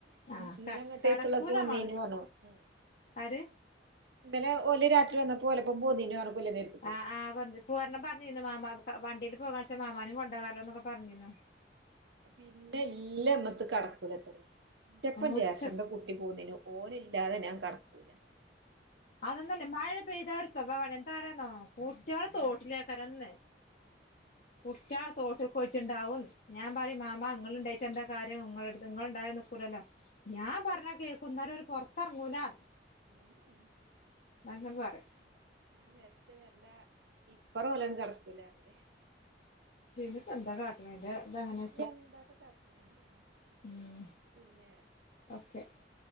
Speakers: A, on the left (about 50°); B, on the right (about 75°).
A: ആഹ്
B: ഇന്നലെ
A: ക
B: അങ്ങട്ടെസ്ള്ളൊക്കെ
A: കടക്കൂല
B: വന്നീനു
A: മോളെ
B: പറഞ്ഞു ഇം
A: ആര്
B: ന്നലെ ഓല് രാത്രി വന്നപ്പോലപ്പം പൊന്നീനു <unintelligible>
A: ആഹ് ആഹ് <unintelligible> ഇപ്പൊരെണ്ണം പറഞ്ഞിരുന്നു മാമാക്ക് പ വണ്ടിയില് പോകാൺച്ച മാമാനും കൊണ്ടോകാല്ലോന്നൊക്കെ പറഞ്ഞിരുന്നു.
B: പിന്നെ ഇല്ലമ്മത്ത് കടക്കൂല അത്രേ ഇന്റെപ്പൻ
A: ഉച്ച
B: ജാഫറിന്റെ കു കട്ടി പോന്നേനു ഓനില്ലാതെ ഞാൻ കെടക്കൂല്ല
A: അതന്നല്ലേ മഴ പെയ്ത ഒരു സ്വഭാവാണ് എന്താ പറന്നോ കൂട്ട്യാള് തോട്ടിലേക്കെറന്ന് <unintelligible> തോട്ടി പോയിട്ടിണ്ടാവും. ഞാൻ പറയും മാമ നിങ്ങളിണ്ടായിട്ട് എന്താ കാര്യം നിങ്ങളടുത്ത് നിങ്ങളെണ്ടായും നിക്കൂലല്ല ഞാൻ പറഞ്ഞ കേക്കുന്നരം ഒരു പൊറത്തിറങ്ങൂലാന്ന്
B: <inaudible>
A: ഞങ്ങൾ പറിം
B: ഞാൻ വരച്ച വരണ്ട് ഇപ്പറ പോലും കടക്കൂല അല്ലേ
A: ഇനിപ്പെന്താ കാ ഇന്ന ഇത്‌ ഇതങ്ങനെ
B: <inaudible>
A: ഉം
B: പിന്നേ
A: ഓക്കെ